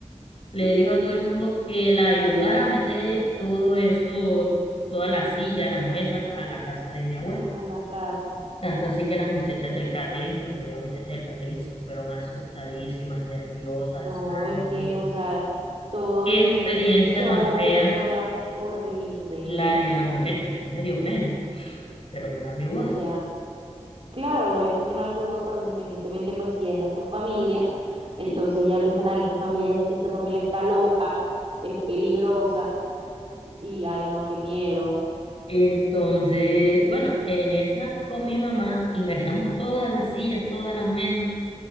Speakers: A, on the left; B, on the right.
A: le dijo a todo el mundo que la ayudara a meter todo eso, todas las sillas, las mesas a la casa de mi abuela.
B: a la casa.
A: Tanto así que las muchachas del catering, porque había muchachas del catering, se fueron asustadísimas, nerviosas,
B: No,
A: sangre.
B: es que, o sea, todo
A: Qué
B: ese,
A: experiencia
B: ese show,
A: tan fea
B: toda horrible.
A: la
B: ¿eh?
A: de las muchachas, a mí me dio pena, pero no era mi voz.
B: O sea, claro, obviamente no la tuvo, pero independientemente, pues si es a tu familia, entonces
A: Sí.
B: ya pensarán, esta familia, esta familia está loca, es peligrosa, y ay no, qué miedo.
A: Entonces, bueno, en esa con mi mamá ingresamos todas las sillas, todas las mesas